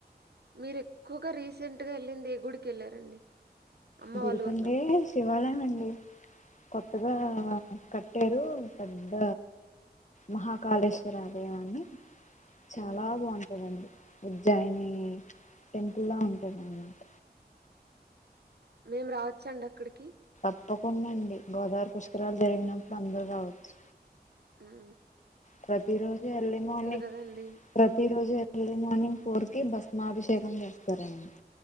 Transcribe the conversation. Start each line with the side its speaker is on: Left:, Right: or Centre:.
Right: మీరు ఎక్కువగా రీసెంట్ గా ఎళ్ళింది ఏ గుడికి వెళ్ళారండి అమ్మ
Left: గుడికంటే
Right: వాళ్ళ ఊర్లో
Left: శివ ఇవాలేమండి కొత్తగా
Right: మ్మ్
Left: క పెట్టారు పెద్ద మహాకాళేశ్వర ఆలయాన్ని చాలా
Right: మ్మ్
Left: బాగుంటాదండి ఉజ్జాయిని టెంపుల్లా ఉంటుంది అన్నమాట
Right: మేం రావచ్చండి అక్కడికి
Left: తప్పకుండా అండి గోదావరి పుష్కరాలు జరిగినప్పుడు అందరు రావచ్చు
Right: ఆ
Left: ప్రతి రోజే ఎర్లీ మార్నింగ్
Right: కదండి
Left: ప్రతి రోజే ఎర్లీ మార్నింగ్ ఫోర్ కి భస్మాభిషేకం చేస్తారండి